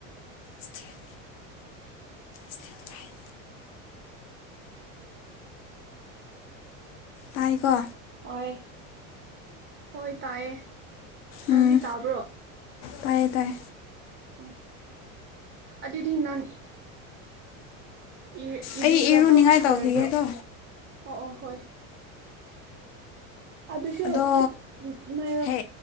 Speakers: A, on the left (about 40°); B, on the right (about 30°).
A: ꯁ꯭ꯇꯤꯜ ꯁ꯭ꯇꯤꯜ ꯔꯥꯏꯠ ꯇꯥꯏꯀꯣ
B: ꯍꯣꯏ ꯍꯣꯏ ꯇꯥꯏꯑꯦ ꯅꯪꯗꯤ
A: ꯎꯝ
B: ꯇꯥꯕ꯭ꯔꯣ
A: ꯇꯥꯏꯌꯦ ꯇꯥꯏ
B: ꯑꯣ ꯑꯗꯨꯗꯤ ꯅꯪ ꯏ ꯏꯔꯨꯖꯕ
A: ꯑꯩ ꯏꯔꯨꯅꯤꯡꯉꯥꯏ ꯇꯧꯈꯤꯒꯦꯀꯣ
B: ꯂꯣꯏꯕ꯭ꯔꯣ ꯑꯣ ꯑꯣ ꯍꯣꯏ ꯑꯗꯨꯁꯨ
A: ꯑꯗꯣ
B: ꯈꯤ ꯅꯥꯏꯔꯣ
A: ꯍꯦ